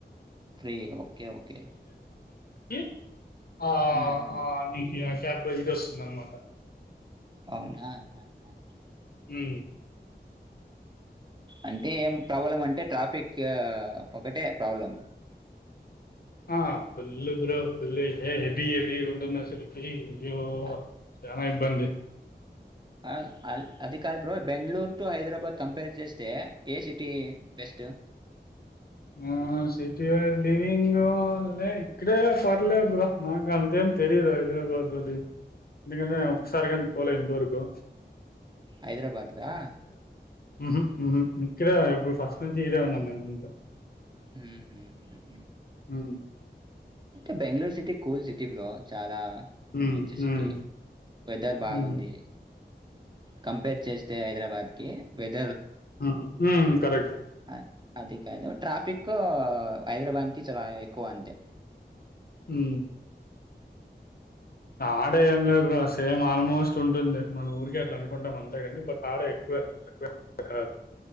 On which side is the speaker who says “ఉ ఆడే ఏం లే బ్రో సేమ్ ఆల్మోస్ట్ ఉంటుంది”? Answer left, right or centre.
Left